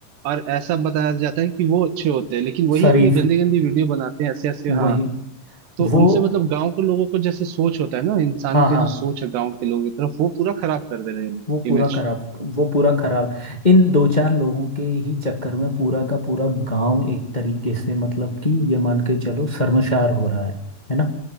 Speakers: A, on the right; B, on the left.
A: और ऐसा बताया जाता है कि वो अच्छे होते हैं लेकिन वही
B: शरीफ
A: इतनी गंदी गंदी वीडियो बनाते हैं ऐसे ऐसे हाँ
B: वही
A: तो
B: वो
A: उनसे मतलब गांव के लोगों को जैसे सोच होता है ना इंसान
B: हाँ
A: के
B: हाँ
A: जो सोच है गांव के लोगों की तरफ वो पूरा खराब कर दे रहे हैं
B: वो पूरा
A: इमेज
B: खराब वो पूरा खराब इन दो चार लोगों के ही चक्कर में पूरा का पूरा गांव एक तरीके से मतलब कि ये मान के चलो शर्मशार हो रहा है है ना